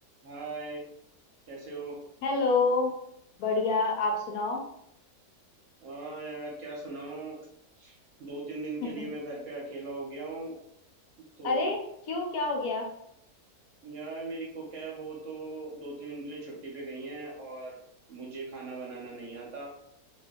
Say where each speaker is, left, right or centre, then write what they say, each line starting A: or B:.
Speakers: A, on the right; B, on the left.
A: हाय कैसे हो
B: Hello बढ़िया आप सुनाओ
A: हाँ यार क्या सुनाऊं दो तीन दिन
B: <laughs>
A: के लिए मैं घर पे अकेला हो गया हूँ तो
B: अरे क्यों क्या हो गया
A: यार मेरी कुक है वो तो दो तीन दिन के लिए छुट्टी पे गई हैं और मुझे खाना बनाना नहीं आता